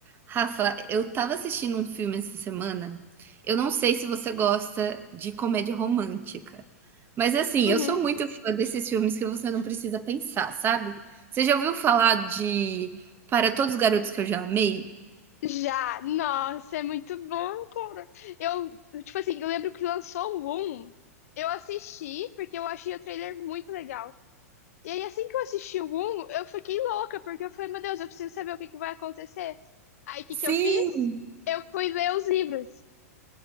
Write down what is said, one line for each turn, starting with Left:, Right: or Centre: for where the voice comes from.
Right: Rafa, eu tava assistindo um filme essa semana. Eu não sei se você gosta de comédia romântica, mas assim,
Left: Uhum.
Right: eu sou muito fã desses filmes que você não precisa pensar, sabe? Você já ouviu falar de Para Todos os Garotos que Eu Já Amei?
Left: Já, nossa, é muito bom, cara. Eu, tipo assim, eu lembro que lançou o 1, eu assisti porque eu achei o trailer muito legal. E aí, assim que eu assisti o 1, eu fiquei louca, porque eu falei, meu Deus, eu preciso saber o que que vai acontecer. Aí, o que
Right: Sim,
Left: que eu fiz? Eu fui ler os livros.